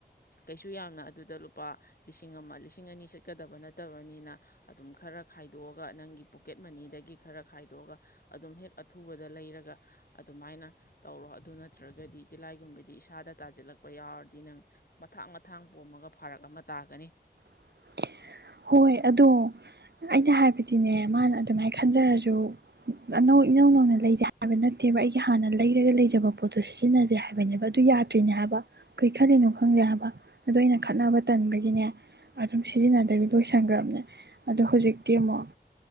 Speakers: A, on the left; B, on the right.
A: ꯀꯩꯁꯨ ꯌꯥꯝꯅ ꯑꯗꯨꯗ ꯂꯨꯄꯥ ꯂꯤꯁꯤꯡ ꯑꯃ ꯂꯤꯁꯤꯡ ꯑꯅꯤ ꯆꯠꯀꯗꯕ ꯅꯠꯇꯕꯅꯤꯅ ꯑꯗꯨꯝ ꯈꯔ ꯈꯔ ꯈꯥꯏꯗꯣꯛꯑꯒ ꯅꯪꯒꯤ ꯄꯣꯀꯦꯠ ꯃꯅꯤꯗꯒꯤ ꯈꯔ ꯈꯥꯏꯗꯣꯛꯑꯒ ꯑꯗꯨꯝ ꯍꯦꯛ ꯑꯊꯨꯕꯗ ꯂꯩꯔꯒ ꯑꯗꯨꯃꯥꯏꯅ ꯇꯧꯔꯣ ꯑꯗꯨ ꯅꯠꯇ꯭ꯔꯒꯗꯤ ꯇꯤꯂꯥꯏꯒꯨꯝꯕꯗꯤ ꯏꯁꯥꯗ ꯇꯥꯖꯤꯜꯂꯛꯄ ꯌꯥꯎꯔꯗꯤ ꯅꯪ ꯃꯊꯥꯡ ꯃꯊꯥꯡ ꯄꯣꯝꯃꯒ ꯐꯔꯛ ꯑꯃ ꯇꯥꯒꯅꯤ
B: <unintelligible> ꯍꯣꯏ ꯑꯗꯣ ꯑꯩꯅ ꯍꯥꯏꯕꯗꯤꯅꯦ ꯃꯥꯅ ꯑꯗꯨꯃꯥꯏꯅ ꯈꯟꯖꯔꯁꯨ ꯑꯅꯧ ꯏꯅꯧ ꯅꯧꯅ ꯂꯩꯇꯦ ꯍꯥꯏꯕ ꯅꯠꯇꯦꯕ ꯑꯩꯒꯤ ꯍꯥꯟꯅ ꯂꯩꯔꯒ ꯂꯩꯖꯕ ꯄꯣꯠꯇꯣ ꯁꯤꯖꯤꯟꯅꯖꯦ ꯍꯥꯏꯕꯅꯦꯕ ꯑꯗꯨ ꯌꯥꯗ꯭ꯔꯤꯅꯦ ꯍꯥꯏ ꯍꯥꯏꯕ ꯀꯩ ꯈꯜꯂꯥꯅꯣ ꯈꯪꯗꯦ ꯍꯥꯏꯕ ꯑꯗꯣ ꯑꯩꯅ ꯈꯠꯅꯕ ꯇꯟꯕꯒꯤꯅꯦ ꯑꯗꯨꯝ ꯁꯥꯖꯤꯟꯅꯗꯕꯤ ꯂꯣꯏꯁꯟꯒ꯭ꯔꯝꯅꯦ ꯑꯗꯣ ꯍꯧꯖꯤꯛꯇꯤ ꯑꯃꯨꯛ